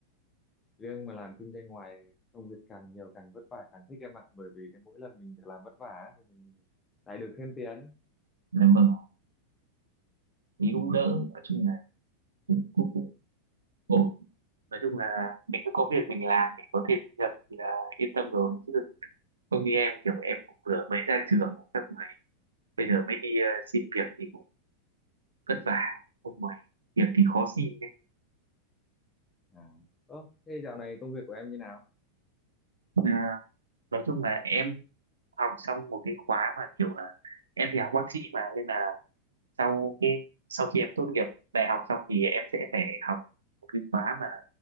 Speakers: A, on the left; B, on the right.
A: riêng mà làm kinh doanh ngoài công việc càng nhiều càng vất vả càng thích em ạ, bởi vì cái mỗi lần mình được làm vất vả thì mình lại được thêm tiền.
B: dạ vâng, ý cũng đỡ, nói chung là cũng cũng cũng ổn. Nói chung là mình cứ có việc mình làm thì có thể thu nhập thì là yên tâm rồi. Chứ không như em kiểu em cũng vừa mới ra trường xong rồi bây giờ mới đi à, xin việc thì cũng vất vả. Không ngoài việc thì khó xin đấy.
A: À. Ơ, thế dạo này công việc của em như nào?
B: À, nói chung là em học xong một cái khóa mà kiểu là em thì học bác sĩ mà nên là sau cái sau khi em tốt nghiệp đại học xong thì em sẽ phải học một cái khóa mà